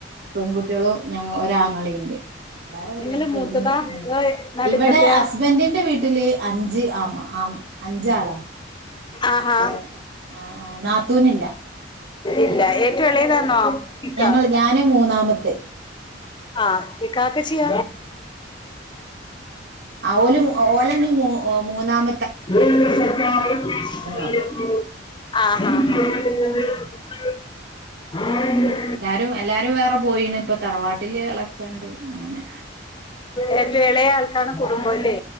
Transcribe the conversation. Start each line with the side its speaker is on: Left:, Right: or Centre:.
Right: പെങ്കുട്ടിയളോ ഞങ്ങ ഒരാങ്ങളിണ്ട്. എല്ലാരെ കല്യാണം
Left: നിങ്ങള്
Right: കഴിഞ്ഞ്
Left: മൂത്തതാ
Right: ആഹ്
Left: അതോ നടുക്കത്തെയാ
Right: ഇവിടെ ഹസ്ബൻറിന്റെ വീട്ടിൽ. ട്ടില്. അഞ്ച് ആമ ആം. അഞ്ചാളാ
Left: ആഹാ
Right: ഏഹ്. ആഹ് നാത്തൂനില്ല..
Left: ഇല്ല ഏറ്റവും എളേതാന്നോ ഇക്ക.
Right: ഞങ്ങൾ ഞാന് മൂന്നാമത്തെ
Left: ആഹ് ഇകാക്കചിയ..
Right: ഓല് ഓലന്ന്‌ മു മൂന്നാമ
Left: <unintelligible>
Right: ആള്
Left: ആഹ് ആഹ്
Right: എല്ലാരും എല്ലാരും വേറെ പോയിണ് ഇപ്പ തറവാട്ടില് എളച്ചണ്ട് അങ്ങനെ..
Left: ഏറ്റൊ എളേ ആൾക്കാണ് കുടുംബംല്ലേ..